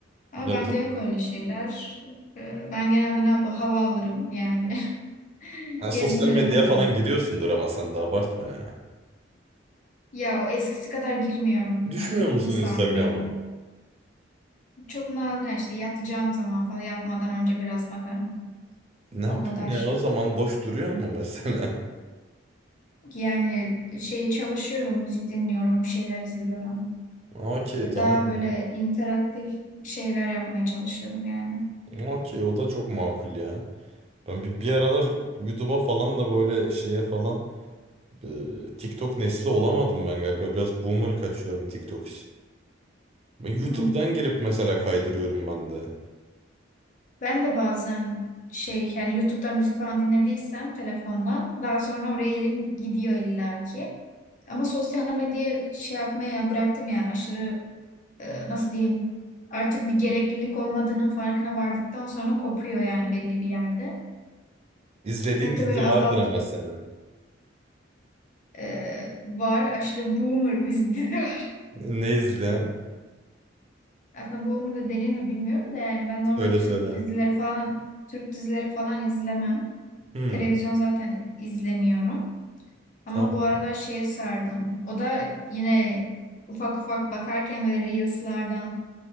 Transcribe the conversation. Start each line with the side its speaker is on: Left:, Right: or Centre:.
Left: Ama
Right: Ne,
Left: bende yok öyle şeyler. Ee, Ben genelde ne yapayım? Hava alırım yani. <laughs>
Right: Ha, sosyal
Left: Gezinirim
Right: medyaya
Left: o kadar.
Right: falan giriyorsundur ama sen de abartma ya.
Left: Ya o eskisi kadar girmiyorum.
Right: Düşmüyor
Left: Ay, o
Right: musun
Left: da sarmıyor.
Right: Instagram'a?
Left: Çok nadiren işte yatacağım zaman falan yatmadan önce biraz bakarım.
Right: Ne yapayım
Left: O kadar.
Right: ya o zaman boş duruyor mu mesela?
Left: Yani şey çalışıyorum, müzik dinliyorum, bir şeyler izliyorum.
Right: <laughs> Okey tamam.
Left: Daha böyle interaktif şeyler yapmaya çalışıyorum yani.
Right: Okey o da çok makul ya. Ben bir, bir aralar YouTube'a falan da böyle şeye falan e, TikTok nesli olamadım ben galiba. Biraz boomer kaçıyorum TikTok için. Ben YouTube'dan
Left: Hı.
Right: girip mesela kaydırıyorum ben de.
Left: Ben de bazen şey yani YouTube'dan müzik falan dinlediysem telefondan daha sonra oraya elim gidiyor illaki. Ama sosyal medyayı şey yapmaya bıraktım yani aşırı e, nasıl diyeyim artık bir gereklilik olmadığının farkına vardıktan sonra kopuyor yani belli bir yerde.
Right: İzlediğin
Left: Hep de
Right: dizi
Left: böyle azalt
Right: vardır ama senin.
Left: e, var aşırı boomer biz <laughs> dizi
Right: Ne, ne
Left: Aslında boomer da denir mi bilmiyorum da yani ben normal
Right: Söyle
Left: Türk
Right: söyle.
Left: dizileri falan Türk dizileri falan izlemem.
Right: Hmm,
Left: Televizyon zaten izlemiyorum. Ama
Right: tamam.
Left: bu aralar şeye sardım. O da yine ufak ufak bakarken böyle Reels'lardan